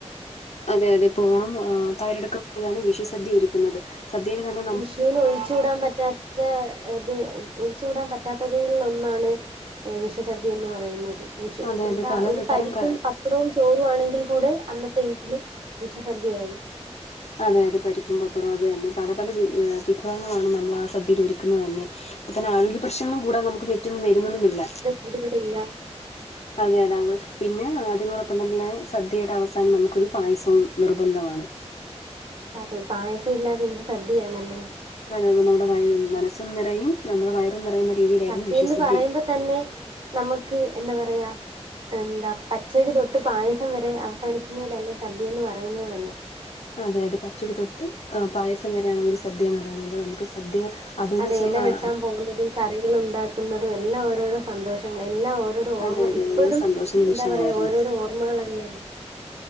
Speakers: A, on the left; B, on the right.
A: അതെ അതെ ഓണം തയ്യാറെടുക്കുന്നതാണ് വിഷു സദ്യ ഒരുരിക്കുന്നത്. സദ്യയിൽ തനൊ
B: വിഷുവിന് ഒഴിച്ചുടാൻ പറ്റാ ത് <unintelligible> ഒഴിച്ചുകൂടാൻ പറ്റാത്തതിൽ ഒന്നാണ്. എഹ് വിഷു സദ്യ എന്ന് പറയുന്നത്. വിഷു
A: അതെ
B: എന്താ
A: അതെ പലതരം
B: ഒരു പരിപും,
A: ക
B: പപ്പടവും ചോ ചോറും ആണെങ്കിൽ കൂടെ അന്നത്തെ വീട്ടില്. വിഷുസദ്യയായി
A: അതെ അതെ പരിപ്പും പപ്പടവും. അത് തന്നെ പല പല വി വിഭവങ്ങളാണ്. നമ്മൾ ആ സദ്യയില് ഒരുക്കുന്നത് തന്നെ. അപ്പതന്നെ ആരോഗ്യ പ്രശ്നങ്ങളും. കൂടെ നമുക്ക് പറ്റന്നു വരുന്നൊന്നുംമില്ല.
B: ഇത് വിടില്ല.
A: അതെ അതാവുമ്പോ പിന്നെ അതിനോടൊപ്പം തന്നെ. സദ്യയുടെ അവസാനം നമുക്കൊരു പായസവും നിർബന്ധമാണ്.
B: അതെ പായസം ഇല്ലാതെ എന്ത് സദ്യയാണല്ലേ?
A: അതെ നമ്മുടെ വയ് മനസും നിറയും നമ്മുടെ വയറും നിറയുന്ന രീതിയിലായിരുന്നു
B: സദ്യന്ന്
A: വിഷുസദ്യയൊക്കെ
B: പറയുമ്പോ തന്നെ നമുക്ക് എന്താ പറയാ. എന്താ പച്ചടി തൊട്ട് പായസം വരെ അവസാനിക്കുന്നതിലല്ലേ. സദ്യ എന്ന് പറയുന്നത് തന്നേ.
A: അതെ അതെ പച്ചടി തൊട്ട് ആഹ് പായസം വരെയാണ്.
B: ഉം.
A: ഒരു സദ്യ എന്ന് പറയുന്നത്. നമുക്ക് സദ്യ അതെന്ന്
B: അതെ
A: വെച്ചാൽ
B: ഇല
A: നമ്മൾ
B: വെട്ടാൻ പോകുന്നതും. കറികൾ ഉണ്ടാക്കുന്നതും. എല്ലാ ഓരോരോ സന്തോഷങ്ങൾ എല്ലാ ഓരോ ഓർമ്മ
A: അതെ അതെ
B: ഇപ്പോഴും
A: ഒരു സന്തോഷ നിമിഷങ്ങളായിരുന്നു
B: എന്താ പറയാ ഓരോരോ ഓർമ്മകളെന്നെയാണ്.